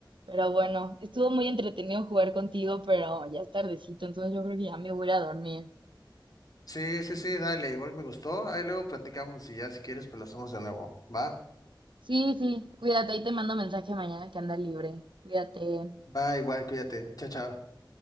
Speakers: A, on the right (about 80°); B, on the left (about 50°).
A: Pero bueno, estuvo muy entretenido jugar contigo, pero ya es tardecito, entonces yo creo que ya me voy a ir a dormir.
B: Sí, sí, sí, dale, igual me gustó. Ahí luego platicamos y ya si quieres, pues lo hacemos de nuevo. Va,
A: Sí, sí, cuídate, ahí te mando mensaje mañana que anda libre. Cuídate.
B: va, igual, cuídate. Chao, chao.